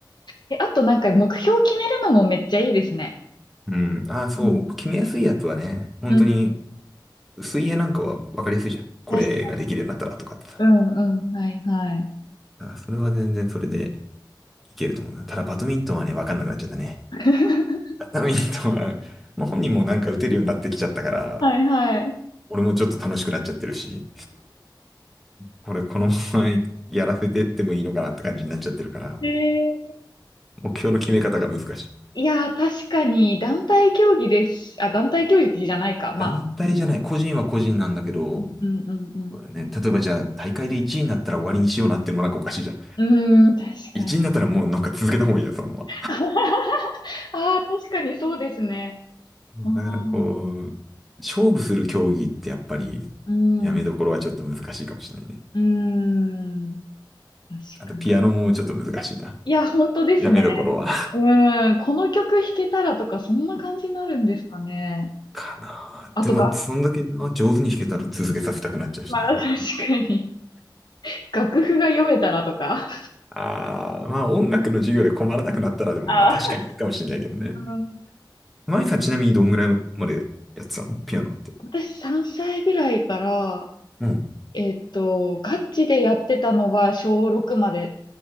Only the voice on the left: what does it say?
え、あとなんか目標決めるのもめっちゃいいですね。
うん、
うん、
確か、うん、うん、はい、はい。
<laughs>
はい、はい。
えー、
いやー、確かに、団体競技です。あ、団体競技じゃないか、まあ。
うん、
うん、うん、うん。
うん、うーん確かに。
<laughs> ああ、確かにそうですね。
ああ、
うん、
うん、確かに。
いや、本当ですね。
うん、この曲弾けたらとか、そんな感じになるんですかね。
あとが、
うんまあ、確かに。楽譜が読めたらとか。
あ
うん
私3歳ぐらいから、
えっと、ガチでやってたのは小6まで